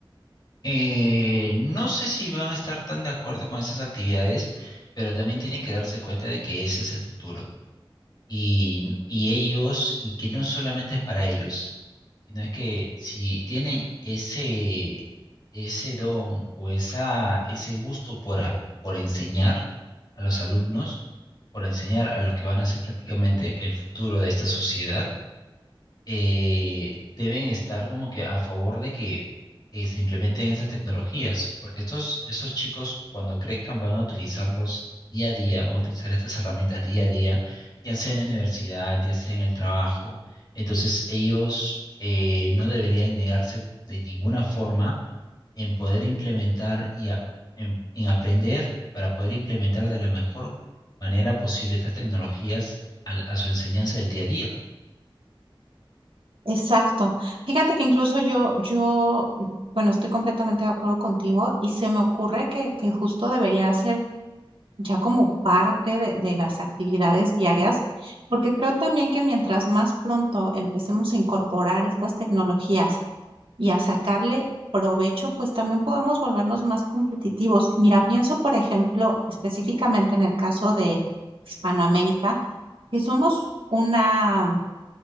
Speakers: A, on the left; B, on the right.
A: Eh, no sé si van a estar tan de acuerdo con esas actividades, pero también tienen que darse cuenta de que ese es el futuro. Y, y ellos, y que no solamente es para ellos, sino es que si tienen ese, ese don o esa, ese gusto por, a- por enseñar a los alumnos, por enseñar a los que van a ser prácticamente el futuro de esta sociedad, eh, deben estar como que a favor de que eh, se implementen esas tecnologías, porque estos, esos chicos cuando crezcan van a utilizarlos día a día, van a utilizar estas herramientas día a día, ya sea en la universidad, ya sea en el trabajo. Entonces ellos eh, no deberían negarse de ninguna forma en poder implementar y a- en, en aprender para poder implementar de la mejor manera posible estas tecnologías al- a su enseñanza del día a día.
B: Exacto. Fíjate que incluso yo, yo, bueno, estoy completamente de acuerdo contigo y se me ocurre que, que justo debería ser ya como parte de, de las actividades diarias, porque creo también que mientras más pronto empecemos a incorporar estas tecnologías y a sacarle provecho, pues también podemos volvernos más competitivos. Mira, pienso, por ejemplo, específicamente en el caso de Hispanoamérica, que somos una,